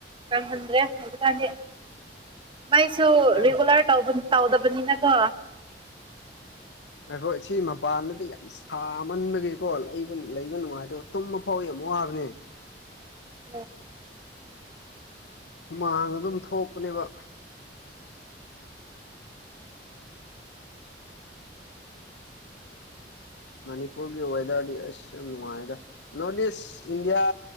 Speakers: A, on the right; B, on the left.
A: ꯀꯪ ꯈꯟꯗ꯭ꯔꯦ ꯑꯗꯨꯀꯥꯟꯗꯤ ꯃꯥꯏꯁꯨ
B: ꯑꯩ
A: ꯔꯤꯒꯨꯂꯔ ꯇꯧꯗꯕꯅꯤꯅꯀꯣ
B: ꯑꯈꯣꯏ ꯁꯤ ꯃꯄꯥꯟꯗꯗꯤ ꯌꯥꯝ ꯁꯥꯃꯟꯕꯒꯤꯦꯀꯣꯕ ꯂꯩꯕ ꯅꯨꯡꯉꯥꯏꯇꯕ ꯇꯨꯝꯕ ꯐꯥꯎ ꯌꯥꯝ ꯋꯥꯕꯅꯤ <unintelligible>
A: ꯑꯣ
B: ꯍꯨꯃꯥꯡ ꯑꯗꯨꯝ ꯊꯣꯛꯄꯅꯦꯕ ꯃꯅꯤꯄꯨꯔꯒꯤ ꯋꯦꯗꯔꯗꯤ ꯌꯥꯝ ꯅꯨꯡꯉꯥꯏꯒ ꯅꯣꯔꯠ ꯏꯁ ꯏꯟꯗꯤꯌꯥ